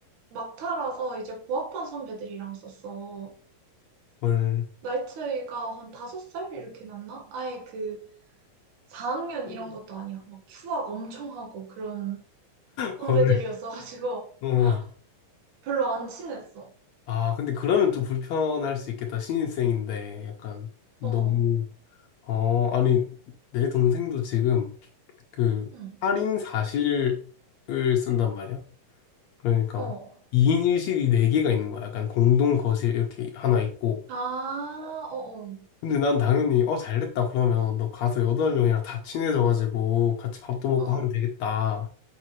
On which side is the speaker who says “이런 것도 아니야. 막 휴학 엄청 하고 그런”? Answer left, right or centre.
Right